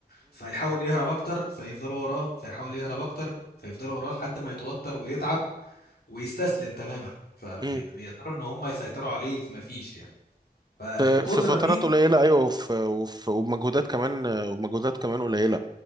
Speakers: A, on the left (about 70°); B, on the right (about 25°).
A: فيحاول يهرب اكتر فيفضلوا وراه فيحاول يهرب اكتر فيفضلوا وراه لحد ما يتوتر ويتعب ويستسلم تماما فبيقدروا
B: امم
A: ان هم يسيطروا عليه فما فيش يعني فالقدرة
B: في في فترات
A: دي
B: قليلة أيوة وفي وفي وبمجهودات كمان وبمجهودات كمان قليلة